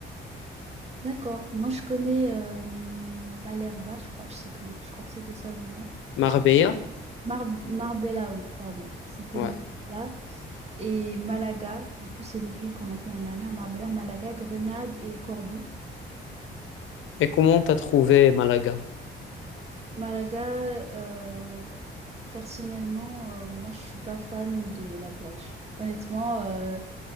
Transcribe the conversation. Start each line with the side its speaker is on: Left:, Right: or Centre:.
Right: d'accord, moi je connais euh, Malherba, je crois, je sais plus, je crois que c'était ça le nom.
Left: Marbella?
Right: Mar Marbella, oui, pardon, c'était
Left: Ouais.
Right: Marbella et Malaga. Du coup, c'est les villes qu'on a fait l'année dernière. Marbella, Malaga, Grenade et Cordoue.
Left: Et comment t'as trouvé Malaga?
Right: Malaga, euh, Personnellement, euh, moi, je suis pas fan de la plage. Honnêtement, euh,